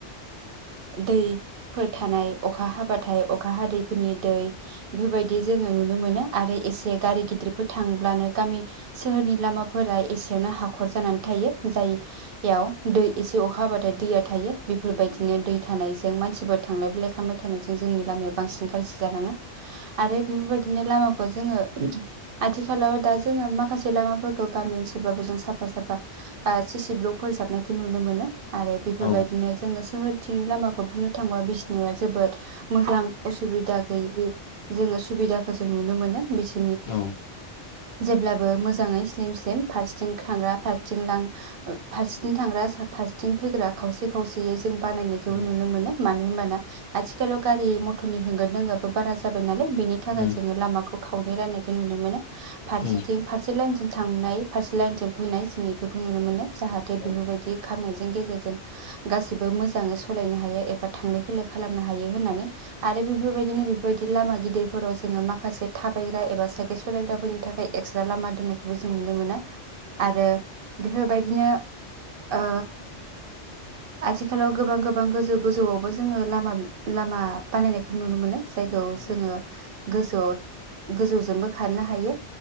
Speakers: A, on the right; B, on the left.
A: दैफोर थानाय अखा हाबाथाय अखा हादैफोरनि दै बेफोरबायदि जोङो नुनो मोनो। आरो एसे गारि गिदिरफोर थांब्लानो गामि सोहोरनि लामाफोरा एसेयावनो हाखर जानानै थायो जायगायाव दै एसे अखा हाबाथाय दैया थायो बेफोरबायदि बिदिनो दै थानायजों मानसिफोर थांलायैलाय खालामबाय थानायजों जोंनि लामाया बांसिन गाज्रि जालाङो आरो बेफोरबायदि बिदिनो लामाखौ जोङो आथिखालाव दा जोङो माखासे लामाफोरखौ गामि एसेब्लाबो जों साफा साफा ओ सि सि ब्लकफोर जाबनाय नुनो मोनो आरो बेफोरबायदिनो
B: औ
A: जोङो सोहोरथिंनि लामाखौ बुंनो थांबा बिसिनाया जोबोद मोजां असुबिदा गैयै जोङो सुबिदाखौ जों नुनो मोनो बिसो
B: औ
A: जेब्लाबो मोजाङै स्लिम स्लिम फारसेथिं थांग्रा फारसेथिं लां फारसेथिं थांग्रा फारसेथिं फैग्रा खावसे खावसेयै जों बानायनायखौबो
B: उम
A: नुनो मोनो मानो होनोमबाना आथिखालाव गारि मथरनि होंगोन दोंगाबो बारा जाब बाय नालाय बेनि थाखाय
B: उम
A: जोङो लामाखौ खावनायै राननायखौ नुनो मोनो फारसेथिं
B: उम
A: फारसे लाइनथिं थांनाय फारसे लाइनथिं फैनाय जों बेफोरखौ नुनो मोनो जाहाथे
B: औ
A: बेफोरबायदि खामनाय नि गेजेरजों गासै बो मोजाङै सालायनो हायो एबा थांलाय फैलाय खालामनो हायो होननानै आरो बेफोरबायदिनो बेफोरबायदि लामा गिदिरफोराव जोङो माखासे थाबायग्रा एबा साइकेल सालायग्राफोरनि थाखाय एक्सट्रा लामा दोननायखौबो जों नुनो मोनो आरो बेफोरबायदिनो ओ आथिखालाव गोबां गोबां गोजौ गोजौआवबो जोङो लामा लामा बानायनायखौ नुनो मोनो। जायगायाव
B: औ
A: जोङो गोजौआव गोजौजोंबो खारनो हायो।